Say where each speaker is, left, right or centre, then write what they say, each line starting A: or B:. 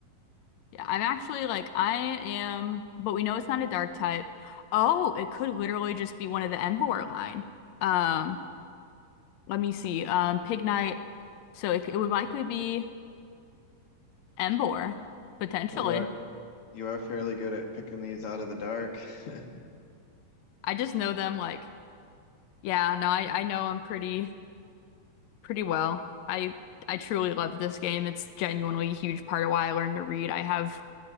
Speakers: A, on the left (about 85°); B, on the left (about 40°).
A: Yeah, I'm actually like I am, but we know it's not a dark type. Oh, it could literally just be one of the Emvor line. Um, let me see. Um, Pignite. So it, it would likely be Emvor, potentially.
B: Well, you are you are fairly good at picking these out of the dark. <laughs>
A: I just know them like yeah, no, I I know them pretty pretty well. I I truly love this game. It's genuinely a huge part of why I learned to read. I have